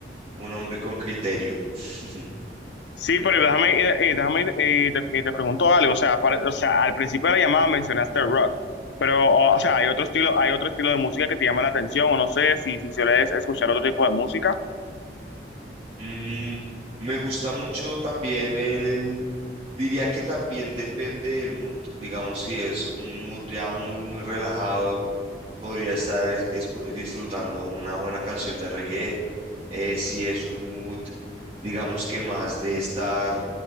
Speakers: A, on the right (about 30°); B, on the left (about 75°).
A: un hombre con criterio. <laughs>
B: Sí, pero déjame, eh, eh, déjame eh, te, eh, te pregunto algo. O sea, para- o sea, al principio de la llamada mencionaste el rock, pero o, o sea, hay otro estilo, hay otro estilo de música que te llama la atención, o no sé si, si sueles escuchar otro tipo de música.
A: Mm, me gusta mucho también el... Diría que también depende del mood, digamos si es un mood ya muy, muy relajado, podría estar es- escu- disfrutando una buena canción de reggae, eh, si es un mood, digamos que más de estar,